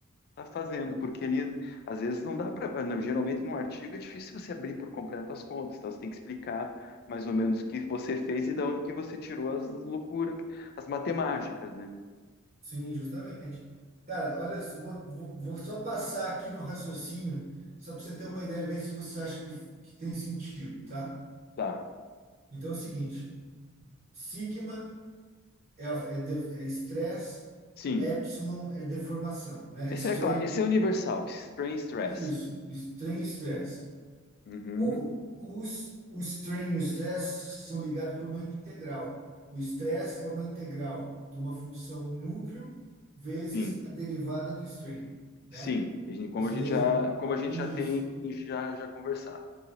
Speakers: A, on the left (about 45°); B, on the right (about 40°).
A: tá fazendo, porque ele, às vezes, não dá para. Geralmente, num artigo, é difícil você abrir por completo as contas, então você tem que explicar mais ou menos o que você fez e da onde que você tirou as loucuras, as matemáticas, né?
B: Sim, justamente. Cara, olha, só, vou, vou, vou só passar aqui no raciocínio, só para você ter uma ideia, ver se você acha que, que tem sentido, tá?
A: Tá,
B: Então é o seguinte: sigma é, a- é, de- é estresse,
A: sim.
B: epsilon é deformação, né?
A: Esse
B: Strain,
A: é claro, esse é universal, strain stress.
B: isso, strain e estresse.
A: Uhum,
B: O, os, o strain e o stress são ligados por uma integral. O stress é uma integral de uma função núcleo vezes
A: Sim,
B: a derivada do strain, né?
A: sim. A gente- Como
B: Isso
A: a gente
B: daí
A: já,
B: a gente...
A: como a gente
B: Isso,
A: já tem já, já conversado.